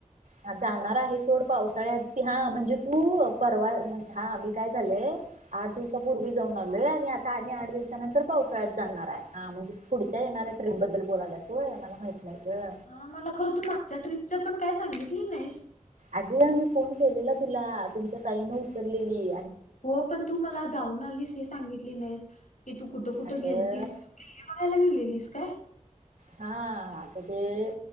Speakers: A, on the right (about 85°); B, on the left (about 80°).
A: हा जाणार आहे सोड पावसाळ्यात की, हा म्हणजे तू अ परवा मन हा मी काय झालेय आठ दिवसापूर्वी जाऊन आलेय, आणि आता आणि आठ दिवसानंतर पावसाळ्यात जाणार आहे, हा म्हणजे पुढच्या येणाऱ्या ट्रीप बद्दल बोलायलास होय मला माहित नाही ग
B: हा मला खरं त मागच्या ट्रिप तुज पण काय सांगितली नाहीस.
A: अग मी फोन केलेला तुला, तुमच्या ताईन उतललेली.
B: हो पण तू मला जाऊन आलीस हे सांगितली नाहीस. की तू कुठं कुठं
A: अगं
B: गेलतीस <unintelligible> गेलेलीस. काय?
A: हा आता ते,